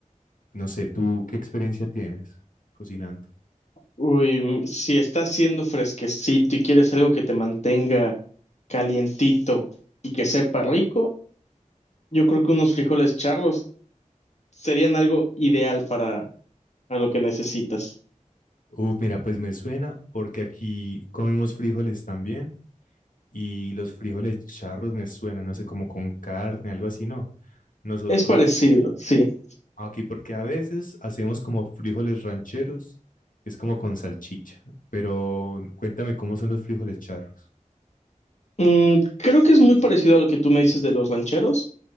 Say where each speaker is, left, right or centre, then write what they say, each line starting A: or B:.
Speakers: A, on the left (about 80°); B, on the left (about 55°).
A: No sé, ¿tú qué experiencia tienes cocinando?
B: uy, mm, si está haciendo fresquecito y quieres algo que te mantenga calientito y que sepa rico, yo creo que unos frijoles charlos serían algo ideal para, para lo que necesitas.
A: Uh, mira, pues me suena porque aquí comemos frijoles también y los frijoles charros me suenan, no sé, como con carne, algo así, ¿no? Nosotros
B: Es parecido, sí.
A: aquí, porque a veces hacemos como frijoles rancheros, que es como con salchicha, pero cuéntame cómo son los frijoles charros.
B: Mm, creo que es muy parecido a lo que tú me dices de los rancheros.